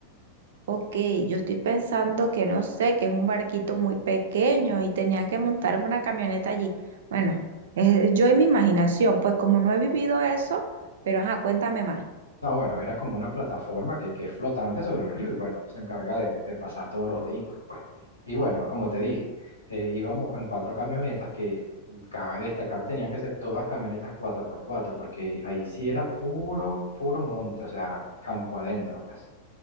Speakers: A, on the right; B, on the left.
A: Ok, yo estoy pensando que no sé, que es un barquito muy pequeño y tenían que montar una camioneta allí. Bueno, es yo y mi imaginación, pues como no he vivido eso, pero ajá, cuéntame más.
B: No, bueno, era como una plataforma que, que es flotante sobre el río y bueno, se encarga de, de pasar todos los vehículos, pues. Y bueno, como te dije, eh, íbamos en cuatro camionetas que, cabe destacar, tenían que ser todas camionetas cuatro por cuatro porque ahí sí era puro, puro monte, o sea, campo adentro, pues.